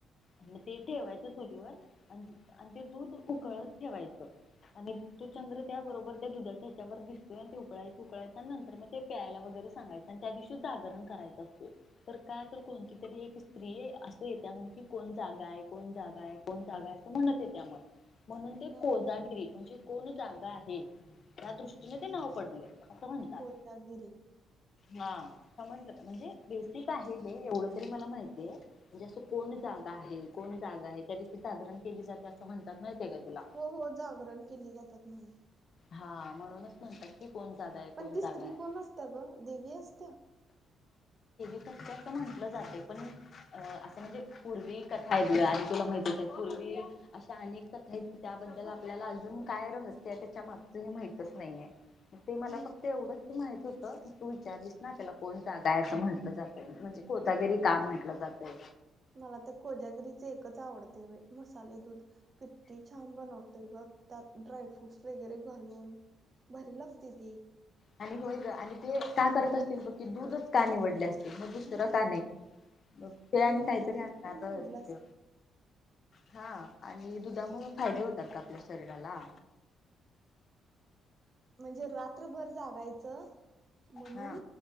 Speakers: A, on the left; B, on the right.
A: आणि ते ठेवायचं
B: हम्म
A: चुलीवर आणि आणि ते दूध उकळत ठेवायचं. आणि तो चंद्र त्या बरोबर त्या दुधाच्या ह्याच्यावरर दिसतोय ते उकळायच उकळायचा आणि नंतर मग ते प्यायला वगैरे सांगाय त्या दिवशी जागरण कराचं असत. तर काय तर कोणती तरी एक स्त्री असं येत्या म्हण कि कोण जागा आहे कोण जागा आहे कोण जा अस म्हण त्या म्हणून ते
B: हम्म
A: कोजागिरी म्हणजे कोण जागा आहे. त्या दृष्टीने ते नाव पडले असं म्हणतात.
B: कोजागिरी
A: हा समजलं का म्हणजे बेसिक आहे हे एवढं तरी मला माहितीय म्हणजे असं कोण जागा आहे कोण जागा आहे त्या दिशी साधण केली जाते असं म्हणतात. का तुला
B: हो हो जागरण केली जातात म्हला
A: हा म्हणूनच म्हणतात की कोण जागा आहे
B: पण
A: कोण
B: ती
A: जागा
B: स्त्री
A: आहे
B: कोण असत ग देवी असत्या
A: क अस म्हटलं जाते पण असं म्हणजे पूर्वी कथा आहे आणि तुला माहतीच आहे पूर्वी अश अनेक कथा आहेत त्याबद्दल आपल्याला अजून काय रहस्य ग हे माहितच नाही आहे ते मला
B: हम्म
A: फक्त एवढंच माहित होत तू विचारलीस ना त्याला कोणता गाय असं म्हटलं जाते म्हणजे कोथगिरी का म्हंटलं जाते
B: मला ते कोजागिरीचे एकच आवडते मसाले दूध किती छान बनवतय ग त्यात ड्रायफ्रूट्स वगैरे घालून भरी लागते ती
A: आणि होय ग आणि ते का करत असतील ब की दूधच का निवडले अस मग दुसरं
B: हम्म
A: का नाही मग ते आणि
B: दूधच
A: काहीतरी असणार
B: का निवडलास
A: असते. हा आणि दुधामुळे फायदे होतात ग आपल्या शरीराला
B: म्हणजे रात्रभर जागायचं. म्हणून
A: हा